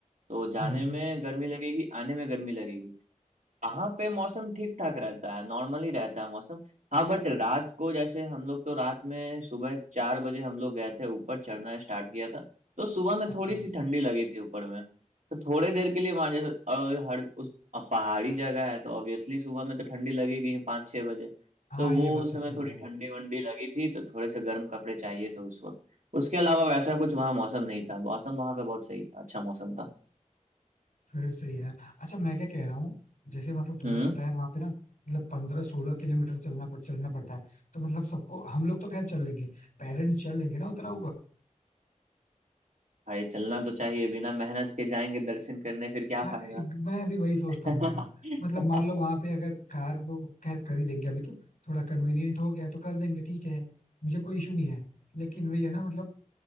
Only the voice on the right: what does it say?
तो जाने
में गर्मी लगेगी आने में गर्मी लगेगी वहां पे मौसम ठीक ठाक रहता है नॉर्मली रहता है मौसम हाँ बट रात को जैसे हम लोग तो रात में सुबह चार बजे हम लोग गए थे ऊपर चढ़ना स्टार्ट किया था तो सुबह में
थोड़ी सी ठंडी लगी थी ऊपर में तो थोड़े देर के लिए वहां जैसे और हर उस अब पहाड़ी जगह है तो ऑब्वियसली सुबह में तो ठंडी लगेगी ही पाँच छह बजे
तो वो
उस
समय
थोड़ी
ठंडी वंडी लगी थी तो थोड़े से गर्म कपड़े चाहिए थे उस वक्त उसके अलावा वैसा कुछ वहाँ मौसम नहीं था मौसम वहां पे बहुत सही था अच्छा मौसम था
हम्म
भाई चलना तो चाहिए बिना मेहनत के जाएंगे दर्शन करने फिर क्या
फायदा
<laughs>